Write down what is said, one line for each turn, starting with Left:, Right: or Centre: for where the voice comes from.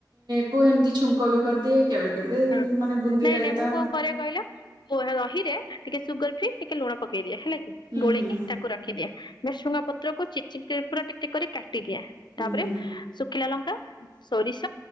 Right: କୁ ଏମିତି ଛୁଙ୍କ ବି କରିଦିଏ କେବେ। କେବେ
Left: ହ
Right: ମାନେ ବୁନ୍ଦି
Left: ନାଇଁ
Right: ରାଇତା
Left: ନାଇଁ ମୁଁ କଣ କରେ କହିଲ। <unintelligible> ଦହିରେ ଟିକେ ସୁଗର ଫ୍ରି ଟିକେ ଲୁଣ ପକେଇ ଦିଏ। ହେଲାକି
Right: ହୁଁ
Left: ଗୋଳେଇକି
Right: ହୁଁ
Left: ତାକୁ ରଖିଦିଏ ଭୃସଙ୍ଗ ପତ୍ରକୁ ଚିର ଚିର। ପୁରା ଟିକ ଟିକ କରି କା ଟି ଦିଏ
Right: ହୁଁ
Left: ତାପରେ
Right: ହୁଁ
Left: ସୁ ଖିଲା ଲଙ୍କା ସୋରିଷ